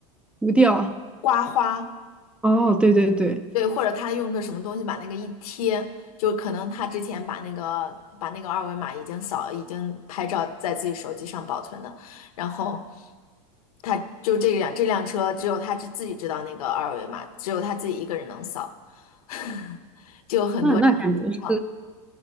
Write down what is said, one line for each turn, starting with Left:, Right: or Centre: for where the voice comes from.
Centre: 无调。
Left: 刮花，
Centre: 哦，对对对。
Left: 对，或者他用个什么东西把那个一贴，就可能他之前把那个把那个二维码已经扫已经拍照在自己手机上保存的，然后。他就这辆这辆车，只有他自自己知道那个二维码，只有他自己一个人能扫，<laughs> 就有很多这样的情况。
Centre: 那那感觉是，